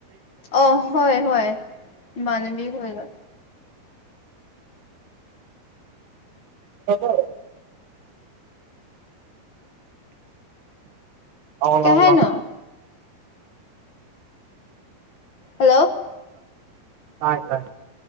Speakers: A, on the left (about 50°); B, on the right (about 85°).
A: ꯑ ꯍꯣꯏ ꯍꯣꯏ ꯏꯅꯕꯤ ꯑꯣꯏꯒ
B: ꯍꯕꯣ ꯑꯧꯅꯅ
A: ꯀꯩ ꯍꯥꯏꯅꯣ ꯍꯜꯂꯣ
B: ꯍꯥꯏꯥꯏꯥꯏ